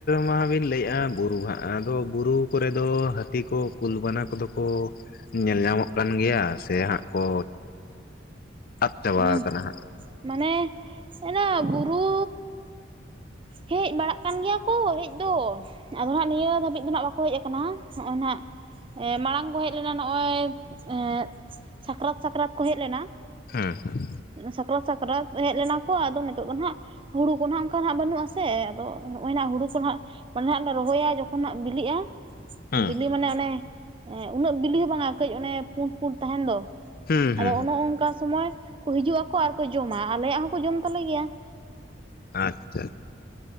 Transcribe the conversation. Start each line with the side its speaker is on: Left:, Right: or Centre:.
Left: ᱢᱟ ᱵᱤᱱ ᱞᱟᱹᱭᱮᱫᱼᱟ᱾ ᱵᱩᱨᱩ ᱦᱟᱸᱜ ᱟᱫᱚ ᱵᱩᱨᱩ ᱠᱚᱨᱮ ᱫᱚ ᱦᱟᱹᱼᱼ ᱦᱟᱹᱛᱤ ᱠᱚ ᱠᱩᱞᱵᱟᱱᱟ ᱠᱚᱫᱚ ᱠᱚ ᱧᱮᱞ ᱧᱟᱢᱚᱜ ᱠᱟᱱ ᱜᱮᱭᱟ ᱥᱮ ᱦᱟᱸᱜ ᱠᱚ ᱟᱫ
Right: <unintelligible>
Left: ᱪᱟᱵᱟ ᱟᱠᱟᱱᱟ ᱦᱟᱸᱜ
Right: ᱢᱟᱱᱮ ᱤᱱᱟᱹ ᱵᱩᱨᱩ ᱦᱮᱡ ᱵᱟᱲᱟᱜ ᱠᱟᱱ, ᱜᱮᱭᱟ ᱠᱚ ᱦᱮᱡ ᱫᱚ᱾ ᱟᱫᱚ ᱦᱟᱹᱜ ᱱᱤᱭᱟᱹ ᱫᱷᱟᱹᱵᱤᱡ ᱫᱚ ᱱᱟᱜ ᱵᱟᱠᱚ ᱦᱮᱡ ᱠᱟᱱᱟ᱾ ᱱᱚᱜᱼᱚᱭ ᱱᱟ ᱢᱟᱲᱟᱝ ᱠᱚ ᱦᱮᱡ ᱞᱮᱱᱟ ᱱᱚᱜᱼᱚᱭ ᱮᱸ ᱥᱟᱠᱨᱟᱛ ᱥᱟᱠᱨᱟᱛ ᱠᱚ ᱦᱮᱡ ᱞᱮᱱᱟ
Left: ᱦᱩᱸ ᱦᱩᱸ᱾
Right: ᱥᱟᱠᱨᱟᱛ ᱥᱟᱠᱨᱟᱛ ᱦᱮᱡ ᱞᱮᱱᱟ ᱠᱚ ᱟᱫᱚ ᱱᱤᱛᱚᱜ ᱫᱚ ᱱᱟᱜ ᱦᱩᱲᱩ ᱠᱚ ᱦᱟᱸᱜ ᱚᱱᱠᱟ ᱵᱟᱹᱱᱩᱜ ᱟᱥᱮ ᱟᱫᱚ ᱱᱚ-ᱚᱭ ᱱᱟᱜ ᱦᱩᱲᱩ ᱠᱚ ᱱᱟᱜ᱾ ᱢᱟᱱᱮ ᱦᱟᱸᱜ ᱞᱮ ᱨᱚᱦᱚᱭᱟ ᱡᱚᱠᱷᱚᱱᱼᱟ ᱵᱤᱞᱤᱜᱼᱟ ᱾
Left: ᱦᱮᱸ
Right: ᱵᱤᱞᱤ ᱢᱟᱱᱮ ᱚᱱᱮ ᱩᱱᱟᱹᱜ ᱵᱤᱞᱤ ᱦᱚᱸ ᱵᱟᱝᱟ ᱠᱟᱹᱡ ᱚᱱᱮ ᱯᱩᱸᱰ ᱯᱩᱸᱰ ᱛᱟᱦᱮᱱ ᱫᱚ
Left: ᱦᱮᱸ ᱦᱮᱸ
Right: ᱟᱫᱚ ᱚᱱᱮ ᱚᱱᱠᱟ ᱥᱚᱢᱚᱭ ᱠᱚ ᱦᱤᱡᱩᱜ ᱟᱠᱚ ᱟᱨ ᱠᱚ ᱡᱚᱢᱟ, ᱟᱞᱮᱭᱟᱜ ᱦᱚᱸᱠᱚ ᱡᱚᱢ ᱛᱟᱞᱮ ᱜᱮᱭᱟ ᱾
Left: ᱟᱪᱪᱷᱟ ᱾